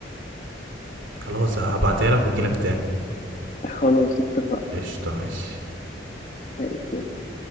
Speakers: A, on the right; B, on the left.
A: خلاص هبعتها لك واجي لك تاني
B: خلاص اتفقنا
A: قشطة ماشي
B: ماشي يلا